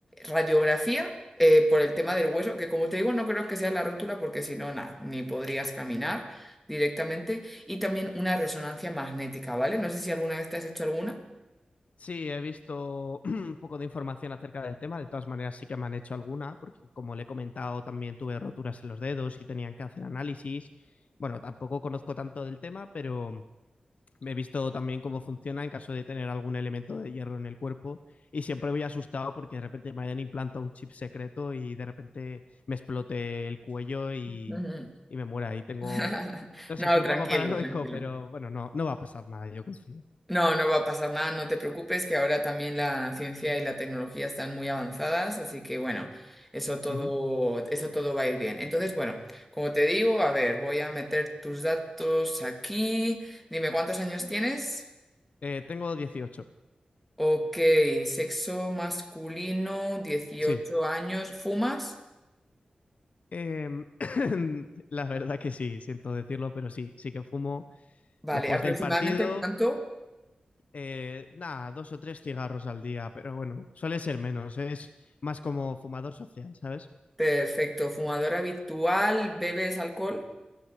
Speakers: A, in the centre; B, on the left (about 65°).
A: radiografía eh, por el tema del hueso, que como te digo, no creo que sea la rótula porque si no, nada, ni podrías caminar directamente y también una resonancia magnética, ¿vale? No sé si alguna vez te has hecho alguna.
B: Sí, he visto <clears throat> un poco de información acerca del tema. De todas maneras, sí que me han hecho alguna, porque como le he comentado, también tuve roturas en los dedos y tenían que hacer análisis. Bueno, tampoco conozco tanto del tema, pero he visto también cómo funciona en caso de tener algún elemento de hierro en el cuerpo y siempre voy asustado porque de repente me hayan implantado un chip secreto y de repente me explote el cuello y,
A: Ujú.
B: y me muera. Y tengo,
A: <laughs>
B: no sé,
A: No,
B: soy
A: tranquilo,
B: un poco paranoico,
A: tranquilo.
B: pero bueno, no, no va a pasar nada, yo confío.
A: No, no va a pasar nada, no te preocupes, que ahora también la ciencia y la tecnología están muy avanzadas, así que bueno, eso todo,
B: Ujú.
A: eso todo va a ir bien. Entonces, bueno, como te digo, a ver, voy a meter tus datos aquí. Dime, ¿cuántos años tienes?
B: Eh, tengo 18,
A: Ok, sexo masculino, 18
B: sí.
A: años, ¿fumas?
B: Em, <coughs> <clears throat> la verdad que sí, siento decirlo, pero sí, sí que fumo
A: Vale,
B: después
A: aproximadamente
B: del partido
A: cuánto?
B: Eh, nada, dos o tres cigarros al día, pero bueno, suele ser menos, ¿eh? es más como fumador social, ¿sabes?
A: Perfecto, fumador habitual, ¿bebes alcohol?